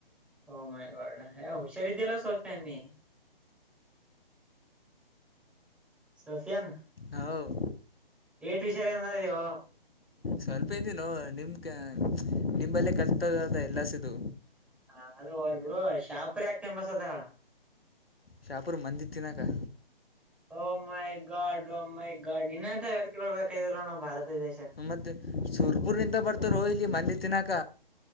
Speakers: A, in the centre; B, on the left (about 80°).
A: ಓಹೋ ಮೈಗಾಡ ಹುಷಾರಿದಲ್ಲ ಸೋಫ್ಯನಿ ಸಫಿಯನ್ <unintelligible>
B: ಹೌ <inaudible>
A: ಏಟು ವಿಷಾರ ಎಂದ ದೋ <unintelligible>
B: ಸ್ವಲ್ಪ ಇದೇ ನೋ ನಿಮ್ ಕ ನಿಂಬಲ್ಲೇ ಕರೇಕ್ಟಾದ ಎಲ್ಲಾಸಿದು.
A: ಹಾ, ಅದು ಹೋಗಲ್ಬೀಡು ಶಹಾಪುರ ಯಾಕೆ ಫೇಮಸ್ ಅದ ಹೇಳ್
B: ಶಾಪೂರ್ ಮಂದಿದತ್ತಿನ್ನಕಾ
A: ಓಹೋ ಮೈ ಗಾಡ್ ಓಹೋ ಮೈ ಗಾಡ್ ನಿನ್ನಂತ ವ್ಯರೈಟಿಗಳು ಬೇಕಾಗಿದ್ರ ನೋಡ ನಮ್ಮ ಭಾರತ ದೇಶಕ್ಕೆ.
B: ಮತ್ತೆ ಸುರ್ಪುರದಿಂದ ಬರ್ತಾರೋ ಇಲ್ಲಿ ಮಂದಿದ ತಿನ್ನಾಕ.